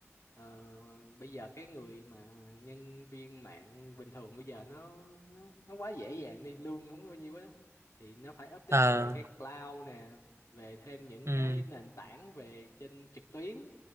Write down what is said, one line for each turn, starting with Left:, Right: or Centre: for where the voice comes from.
Left: Ờ, bây giờ cái người mà nhân viên mạng bình thường bây giờ nó nó, nó quá dễ dàng đi lương không có bao nhiêu hết đó thì nó phải update
Right: à,
Left: về cái cloud nè về thêm
Right: <laughs>
Left: những
Right: ừ,
Left: cái nền tảng về trên trực tuyến